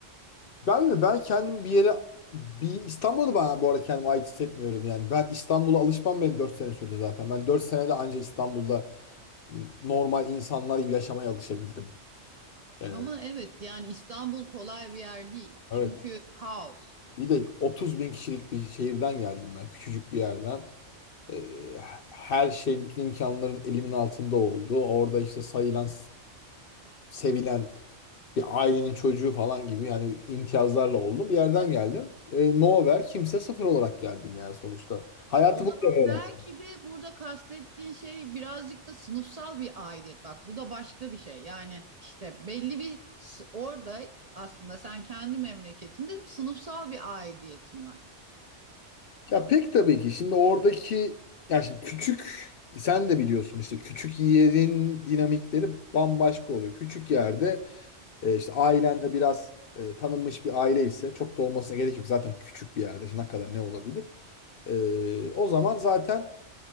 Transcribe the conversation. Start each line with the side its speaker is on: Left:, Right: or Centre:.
Left: Ben mi? Ben kendim bir yere bir İstanbul'da ben bu arada kendimi ait hissetmiyorum yani. Ben İstanbul'a alışmam benim 4 sene sürdü zaten. Ben 4 senede anca İstanbul'da normal insanlar gibi yaşamaya alışabildim. Ee,
Right: Ama evet yani İstanbul kolay bir yer değil.
Left: evet.
Right: Çünkü kaos.
Left: Bir de 30 bin kişilik bir şehirden geldim ben. Küçücük bir yerden. Ee, her şey, bütün imkanların elimin altında oldu. Orada işte sayılan, sevilen bir ailenin çocuğu falan gibi yani imtiyazlarla oldum. Bir yerden geldim. E, nowhere kimse sıfır olarak geldim yani sonuçta. Hayatı
Right: O zaman
Left: burada öğrendim.
Right: belki de burada kastettiğin şey birazcık da sınıfsal bir aidiyet. Bak bu da başka bir şey. Yani işte belli bir s- orada aslında sen kendi memleketinde sınıfsal bir aidiyetin var.
Left: Ya pek tabii ki şimdi oradaki ya şimdi küçük sen de biliyorsun işte küçük yerin dinamikleri bambaşka oluyor. Küçük yerde e, işte ailende biraz e, tanınmış bir aile ise çok da olmasına gerek yok. Zaten küçük bir yerde işte ne kadar ne olabilir? E, o zaman zaten